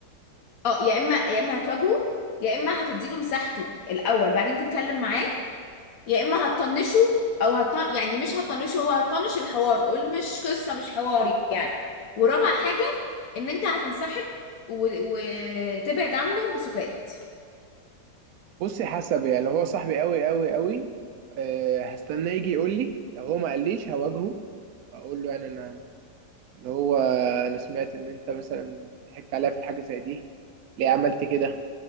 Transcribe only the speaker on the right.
بصي حسب يعني لو هو صاحبي قوي قوي قوي أه هستناه يجي يقول لي لو هو ما قاليش هواجهه واقول له يعني انا اللي هو انا سمعت ان انت مثلا ضحكت عليا في الحاجه زي دي ليه عملت كده